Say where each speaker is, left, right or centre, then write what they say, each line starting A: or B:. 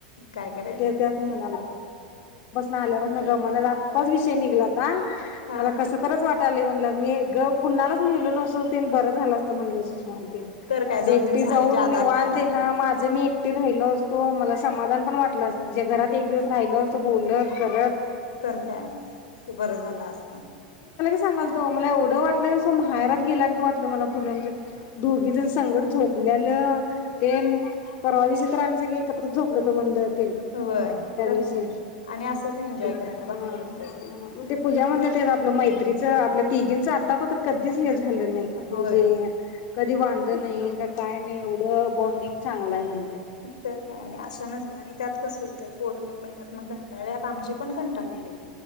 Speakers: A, on the left; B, on the left.
A: काय करायचं
B: तीथन आल्यावरण गमना आत्ताच विषय निघलाता
A: हा
B: मला कस तरच वाट <unintelligible> म्हणल मी गप कुणालाच गेलो नसतं तेन बरं झालं असतं म्हणल आज
A: तर काय दोन
B: एकटी
A: दिवस
B: जाऊन
A: आणि जादा
B: निव्हातं
A: राहायला
B: <unintelligible> माझं मीएक एकटी राहिलो असतो मला समाधान पण वाटलं असत तिज्या घरात एक दिवस राहिलो असतो बोलत करत.
A: तर काय बरं झाल असतं.
B: सांगालतो मला एवढं वाटलं असं माहेरात गेल्यागत वाटलं मला पुन्हा म्हंजे दोघीजण संग झोपल्यालं तेन परवा दिवशी तर आम्ही सगळे एकत्र झोपलोत तू म्हणली <unintelligible>
A: होय.
B: त्या
A: तर
B: दिवशी
A: काय आणि असंच एन्जॉय
B: हा
A: करायला भारी वाटतंय
B: मग
A: गं.
B: ते पूजा म्हणते आपलं मैत्री च आपल्या तिघींचं आत्ता पतुर कधीच झालेल नाही
A: होय.
B: म्हणजे कधी वांध नाही.. काय नाही एवढं बॉन्डिंग चांगलाय ना.
A: तर काय आणि अशानच ग आणि त्यात कसं होतंय पोर मे महिन्यात मग कंटाळल्यात आमची पण कंटाळलेलीत.